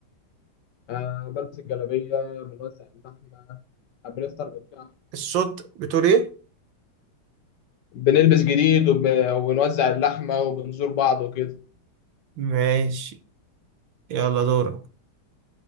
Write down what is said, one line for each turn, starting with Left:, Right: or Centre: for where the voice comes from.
Left: آه بلبس الجلابية بنوزع اللحمة آه، بنفطر بالكحك
Right: الصوت بتقول ايه
Left: بنلبس جديد وب- وبنوزع اللحمة وبنزور بعض وكده
Right: ماشي يلا دورك